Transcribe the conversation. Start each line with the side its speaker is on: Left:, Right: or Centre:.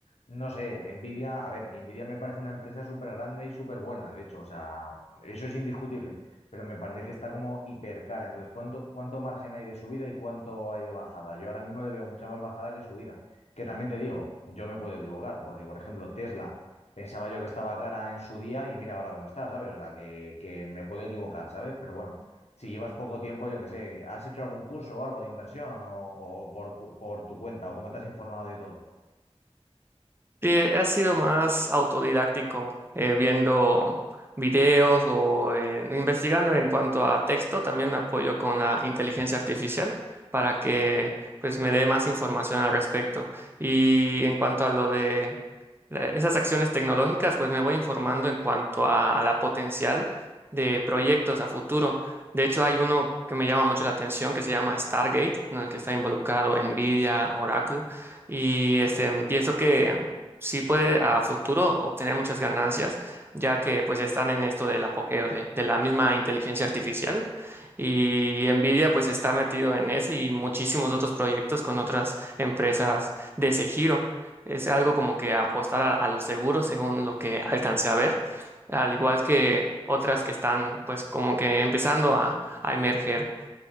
Left: No sé, Nvidia, a ver, Nvidia me parece una empresa súper grande y súper buena, de hecho, o sea, eso es indiscutible, pero me parece que está como hiper cara. Entonces, ¿cuánto, cuánto margen hay de subida y cuánto hay de bajada? Yo ahora mismo le veo mucha más bajada que subida. Que también te digo, yo me puedo equivocar, porque por ejemplo Tesla pensaba yo que estaba cara en su día y mira ahora cómo está, ¿sabes? O sea, que, que me puedo equivocar, ¿sabes? Pero bueno, si llevas poco tiempo, yo qué sé, ¿has hecho algún curso o algo de inversión o, o por, cu- por tu cuenta o cómo te has informado de todo?
Right: Sí, he sido más autodidáctico, eh, viendo videos o eh, investigando en cuanto a texto. También me apoyo con la inteligencia artificial para que pues me dé más información al respecto. Y en cuanto a lo de la- esas acciones tecnológicas, pues me voy informando en cuanto a la potencial de proyectos a futuro. De hecho, hay uno que me llama mucho la atención que se llama Stargate, en el que está involucrado Nvidia, Oracle. Y este, pienso que sí puede a futuro obtener muchas ganancias, ya que pues están en esto del apogeo de, de la misma inteligencia artificial y Nvidia pues está metido en ese y muchísimos otros proyectos con otras empresas de ese giro. Es algo como que apostar a, a lo seguro según lo que alcancé a ver, al igual que otras que están pues como que empezando a, a emerger.